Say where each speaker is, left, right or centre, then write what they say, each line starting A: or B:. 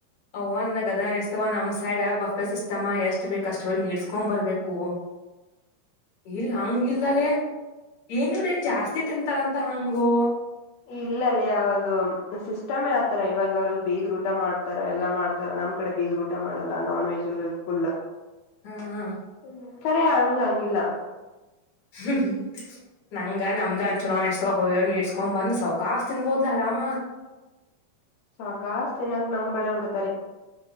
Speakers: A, on the left (about 55°); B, on the left (about 80°).
A: ಅವ್ ನನ್ಗ್ ಅದ ಅನಿಸ್ತವ ನಮ್ ಸೈಡ್ ಬಫೆ ಸಿಸ್ಟಮ್ಮ ಎಷ್ಟ್ ಬೇಕ ಅಷ್ಟ ಹೋಗಿ ನೀಡ್ಸ್ಕೊಂಡ್ ಬರ್ಬೇಕು ಕ ಇಲ್ಲ ಹಂಗಿಲ್ಲಲೇ ಏನ್ ಇವ್ರ ನ್ ಜಾಸ್ತಿ ತಿಂತಾರಂತ ಹಂಗು
B: ಇಲ್ಲಲ್ಲ ಯಾವುದು ಸಿಸ್ಟಮೇ ಆತರ ಇವಾಗ ಅವ್ರಲ್ಲಿ ಬೀಗರು ಊಟ ಮಾಡ್ತಾರ ಎಲ್ಲಾ ಮಾಡ್ತಾರ ನಮ ಕಡೆ ಬೀಗ್ ಊಟ ಮಾಡೋಲ್ಲ ನಾನ್ ವೆಜ್ ಹೆಲ್ಪ್ಫುಲ್
A: ಹಾ ಹ
B: ಹ್ಮ ಸರಿ ಹಂಗ ಹಂಗಿಲ್ಲ
A: ಹ್ಮ್ ನಂಗ ನಮ್ದು ಚಲೋ ಇಷ್ಟವಾಗ ಹೋಗಿವಾಗ ನೀ ಇಡ್ಸ್ಕೊಂಡ್ ಬಂದ್ ಸೌಕಾಶ ತಿನ್ಬೋದ್ಲ ಅಮ್ಮ
B: ಸಾಕಾ ತಿನ್ನಾಗ ನಮ್ ಕಡೆ ಬಿಡತೆ